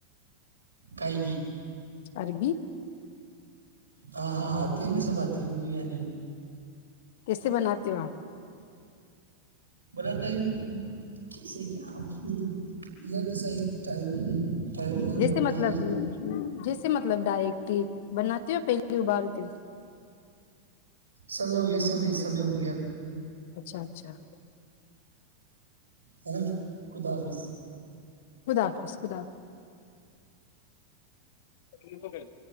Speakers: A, on the right (about 75°); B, on the left (about 50°).
A: کائیگی
B: عربی <unintelligible>
A: ہاں ہاں آتی ہے ن سب آتی ہ مجھے بھی آ جی
B: کیسے بناتے ہو آپ
A: بولا ت کیسے کیا ہوگا یہ ص م ٹم ہو
B: جیسے مطلب
A: نہیں ن
B: جیسے مطلب ڈائریکٹی بناتی ہو پہلے ابالتی ہ
A: سمے ہو گیا سمئے سمے ہو گیا
B: اچھا اچھاٹ
A: ہے نا خدا حافظ
B: خدا حافظ خدا حافظ